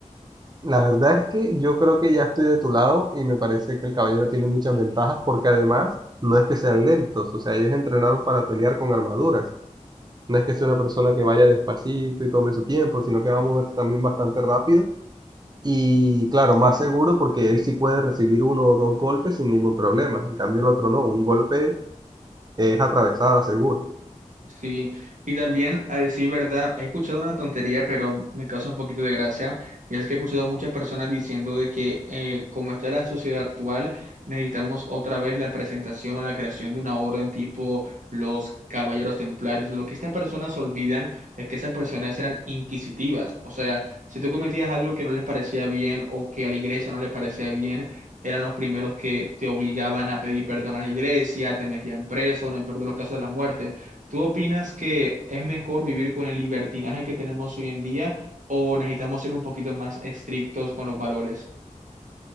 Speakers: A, on the right; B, on the right.
A: La verdad es que yo creo que ya estoy de tu lado y me parece que el caballero tiene muchas ventajas porque además no es que sean lentos, o sea, ellos entrenaron para pelear con armaduras. No es que sea una persona que vaya despacito y tome su tiempo, sino que va a moverse también bastante rápido. Y claro, más seguro porque él sí puede recibir uno o dos golpes sin ningún problema. En cambio, el otro no. Un golpe es atravesada, seguro.
B: Sí, y también a decir verdad, he escuchado una tontería, pero me causa un poquito de gracia, y es que he escuchado a muchas personas diciendo de que eh, como está la sociedad actual, necesitamos otra vez la presentación o la creación de una orden tipo los Caballeros Templarios. Lo que estas personas olvidan es que esas personas eran inquisitivas, o sea, si tú cometías algo que no les parecía bien o que a la iglesia no le parecía bien, eran los primeros que te obligaban a pedir perdón a la iglesia, te metían preso, en el peor de los casos de la muerte. ¿Tú opinas que es mejor vivir con el libertinaje que tenemos hoy en día o necesitamos ser un poquito más estrictos con los valores?